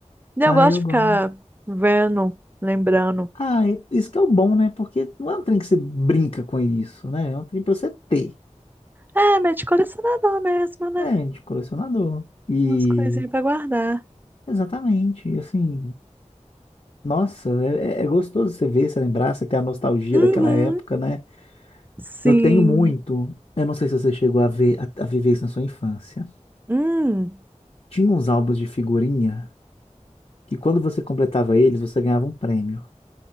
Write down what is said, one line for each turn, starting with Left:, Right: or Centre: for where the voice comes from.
Right: E
Left: Ah,
Right: eu gosto
Left: eu
Right: de ficar
Left: gosto.
Right: vendo, lembrando.
Left: Ah, é- isso que é o bom, né? Porque não é um trem que você brinca com isso, né? É um trem pra você ter.
Right: É, meio de colecionador mesmo, né?
Left: É, de colecionador. E
Right: Umas coisinhas pra guardar.
Left: exatamente, assim, nossa, é, é é gostoso você ver, você lembrar, você ter a nostalgia
Right: Uhum.
Left: daquela época, né?
Right: Sim.
Left: Eu tenho muito. Eu não sei se você chegou a ver, a, a viver isso na sua infância.
Right: Hum.
Left: Tinha uns álbuns de figurinha que quando você completava eles, você ganhava um prêmio.